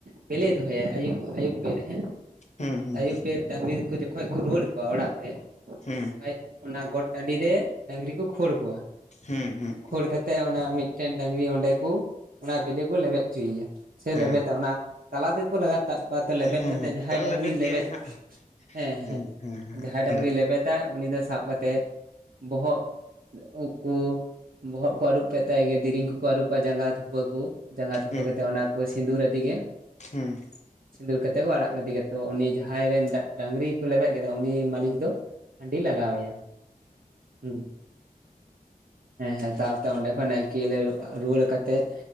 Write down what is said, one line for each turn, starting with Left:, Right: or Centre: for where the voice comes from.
Right: ᱯᱟᱸᱭᱞᱟᱹᱭ ᱫᱚᱳᱭᱟᱭ ᱟᱭᱩᱵ, ᱟᱭᱩᱵ ᱯᱟᱹᱭᱞᱟᱹ ᱦᱮ᱾
Left: ᱦᱩᱸ ᱦᱩᱸ
Right: ᱟᱹᱭᱩᱵ ᱵᱮᱨ ᱰᱟᱹᱝᱨᱤ ᱠᱚ ᱡᱚᱠᱷᱚᱱ ᱠᱚ ᱨᱩᱭᱣᱟᱹᱲ ᱠᱚᱣᱟ ᱚᱲᱟᱜ ᱛᱮ᱾
Left: ᱦᱮᱸ᱾
Right: ᱩᱱ ᱡᱚᱠᱷᱟᱡ ᱚᱱᱟ ᱜᱚᱴ ᱴᱟᱺᱰᱤ ᱨᱮ ᱰᱟᱹᱝᱨᱤ ᱠᱚ ᱠᱷᱟᱹᱲ ᱠᱚᱣᱟ᱾
Left: ᱦᱮᱸ-ᱦᱮᱸ᱾
Right: ᱠᱷᱟᱹᱲ ᱠᱟᱛᱮᱫ ᱚᱱᱟ ᱢᱤᱫᱴᱮᱱ ᱰᱟᱹᱝᱨᱤ ᱚᱸᱰᱮ ᱠᱩ, ᱚᱱᱟ ᱵᱮᱞᱮ ᱠᱚ ᱞᱮᱵᱮᱫᱽ ᱚᱪᱚᱭᱮᱭᱟ, ᱥᱮ
Left: ᱦᱮᱸ
Right: ᱞᱮᱵᱮᱫᱟ ᱚᱱᱟ ᱛᱟᱞᱟ ᱛᱮᱜᱮ ᱠᱚ ᱞᱟᱜᱟ ᱛᱟᱵᱽ, ᱠᱚᱣᱟ ᱛᱚ
Left: ᱦᱮᱸ ᱦᱮᱸ
Right: ᱡᱟᱦᱟᱸᱭ
Left: ᱛᱟᱦᱚᱞᱮ
Right: ᱰᱟᱝᱨᱤ
Left: ᱞᱮᱵᱮᱫ
Right: ᱞᱮᱵᱮᱫᱽ
Left: ᱜᱮᱭᱟᱭ ᱦᱟᱸᱜ
Right: ᱦᱮᱸ-ᱦᱮᱸ
Left: ᱦᱮᱸ ᱦᱮᱸ ᱦᱮᱸ
Right: ᱡᱟᱦᱟᱸᱭ ᱰᱟᱝᱨᱤ
Left: ᱞᱮᱵᱮᱫ
Right: ᱞᱮᱵ ᱵᱮᱛᱟᱭ ᱩᱱᱤ ᱫᱚ ᱥᱟᱵᱽ ᱠᱟᱛᱮᱫ ᱵᱚᱦᱚᱜ ᱩᱵᱠᱩ ᱵᱚᱦᱚᱜ ᱠᱩ ᱟᱹᱨᱩᱵ ᱠᱮᱫ ᱛᱟᱭ ᱜᱮ ᱫᱮᱨᱮᱧ ᱠᱚᱠᱚ ᱟᱹᱨᱩᱵᱟ ᱡᱟᱸᱜᱟ ᱛᱷᱩᱠᱟᱹ ᱠᱚ᱾ ᱡᱟᱸᱜᱟ ᱛᱷᱚᱯᱟᱹ
Left: ᱦᱩᱸ
Right: ᱠᱟᱛᱮᱫ ᱚᱱᱟ ᱠᱚ ᱥᱤᱸᱫᱩᱨ ᱟᱫᱮᱜᱮ᱾
Left: ᱦᱩᱸ᱾
Right: ᱥᱤᱸᱫᱩᱨ ᱠᱟᱛᱮ ᱠᱚ ᱟᱲᱟᱜ ᱠᱮᱫᱮ ᱜᱮᱛᱚ ᱩᱱᱤ ᱡᱟᱦᱟᱸᱭ ᱨᱮᱱ ᱰᱟᱝᱨᱤ ᱠᱚ ᱞᱮᱵᱮᱫ ᱠᱮᱫᱟ ᱩᱱᱤ ᱢᱟᱹᱞᱤᱠ ᱫᱚ ᱦᱟᱺᱰᱤ ᱞᱟᱜᱟᱣᱭᱟ᱾ ᱦᱮᱸ ᱦᱮᱸ ᱛᱟᱨ ᱛᱚ ᱚᱸᱰᱮ ᱠᱷᱚᱱ ᱱᱟᱭᱠᱮ ᱞᱮ ᱨᱩᱣᱟᱹᱲᱠᱟᱛᱮᱫ